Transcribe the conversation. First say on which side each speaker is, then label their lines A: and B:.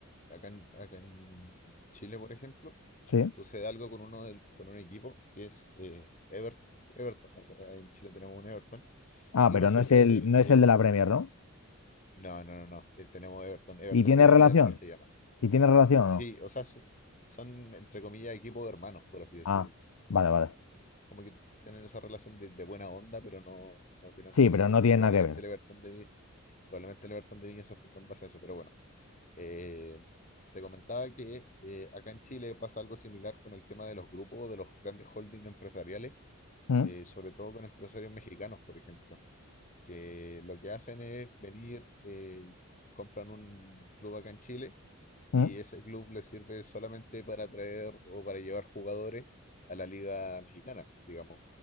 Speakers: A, on the left; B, on the left.
A: Acá en, acá en Chile, por ejemplo,
B: Sí.
A: sucede algo con uno del, con un equipo que es eh, Ever- Everton. Acá en Chile tenemos un Everton.
B: Ah,
A: Y
B: pero
A: resulta
B: no es el,
A: que...
B: no es
A: eh,
B: el de la Premier, ¿no?
A: no, no, no, no. eh, tenemos Everton. Everton
B: ¿Y tiene
A: de Viña
B: relación?
A: del Mar se llama.
B: ¿Y tiene relación
A: Sí,
B: o no?
A: o sea, so- son, entre comillas, equipos hermanos, por así decirlo.
B: Ah, vale, vale.
A: Como que tienen esa relación de, de buena onda, pero no, no tienen
B: Sí,
A: relación.
B: pero no
A: Y
B: tiene
A: probablemente
B: nada que ver.
A: el Everton de, Vi- probablemente el Everton de Viña se fundó en base a eso. Pero bueno, eh, te comentaba que eh, acá en Chile pasa algo similar con el tema de los grupos, de los grandes holdings empresariales,
B: ¿Mm?
A: eh, sobre todo con empresarios mexicanos, por ejemplo, que lo que hacen es venir, eh, compran un club acá en Chile y
B: ¿Mm?
A: ese club les sirve solamente para traer o para llevar jugadores a la liga mexicana, digamos